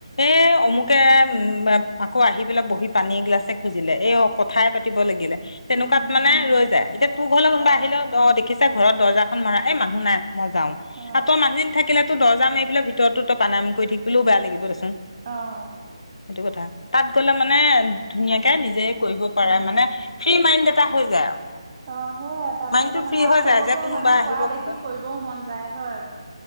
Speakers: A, on the left; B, on the right.
A: এই অমুকে
B: উম
A: উম, আকৌ আহি পেলাই বহি পানী এগিলাছে খুজিলে এই কথাই পাতিব লাগিলে। তাত
B: উম
A: মানে ৰৈ যায় এতিয়া তোৰ ঘৰলে কোনোবা
B: অ
A: আহিলে অ' দেখিছ, ঘৰত দৰ্জাখন মাৰা এই মানুহ নাই। মই যাও
B: অ
A: আ 'তৰ মানুহিন থাকিলেতো দৰ্জা মাৰিব, লাক ভিতৰততো প্ৰানায়াম কৰি থাকিলও বেয়া লাগিব দেচোন।
B: অহ,
A: সেইটো কথা তাত গ'লে মানে, - ধুনীয়াকে
B: উম
A: নিজে কৰিব পাৰে
B: উম
A: মানে ফ্ৰী মাইন্ড, তা হৈ যায় আৰু।
B: অ', সেয়া তাত
A: মাইণ্ডটো
B: গলে মানে
A: ফ্ৰী
B: আৰু
A: হৈ
B: চবকে
A: যায় যে কোনোবা
B: মানে
A: আহিব
B: কোৱা দেখি
A: কিবা
B: কৰিবও মন যায় হয়,